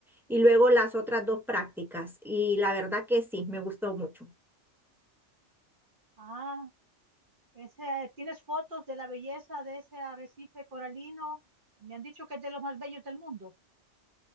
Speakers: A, in the centre; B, on the right.
A: y luego las otras dos prácticas. Y la verdad que sí, me gustó mucho.
B: Ah, ese, ¿tienes fotos de la belleza de ese arrecife coralino? Me han dicho que es de los más bellos del mundo.